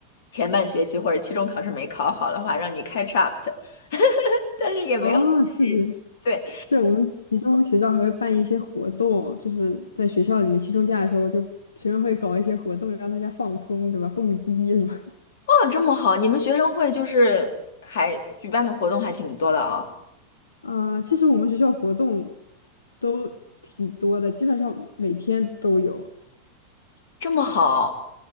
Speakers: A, on the left; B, on the left.
A: 前半学期或者期中考试没考好的话，让你 catch up 的，但是也没有
B: 啊，是的。
A: 对，
B: 是我们期中学校还会办一些活动，就是在学校里面期中假的时候，就学生会搞一些活动，让大家放松，对吧？蹦迪什么 <laughs>
A: 哦，这么好，你们学生会就是还举办的活动还挺多的啊。
B: 啊、其实我们学校活动都挺多的，基本上每天都有。
A: 这么好，